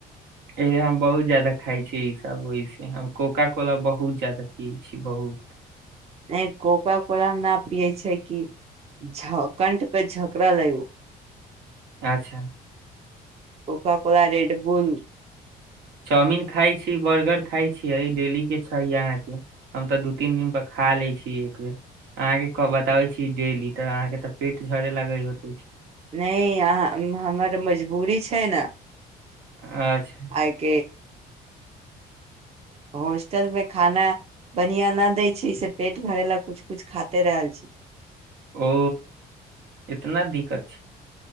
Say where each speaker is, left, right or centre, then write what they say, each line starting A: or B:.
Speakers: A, on the right (about 80°); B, on the right (about 35°).
A: एहिे हम बहुत जदा खााय छी इ सब ओहिस हम कोोका कोला बहुत जादा पिय छी बहु
B: नहि कोकाकोला न पियै छै क छौ कंठ पे झोकरा ल
A: अच्
B: coca cola red bull
A: chowmein खाई छी बर्गर खाई छीयै डेली के छै अहाँ के हम तऽ दू तीन दिन प खा लै छी एक बे अहाँ के क बताबय छी डेली तऽ अहाँ के तऽ पेट सड़े लागल होत
B: नहि याह हमर मजबूरी छै न
A: अच्छ
B: आइक होस्टल में खाना बढ़िया न देै छै से पेट भर ला कुछ कुछ खाते रहल छ
A: ओ इतना दिक्कत छ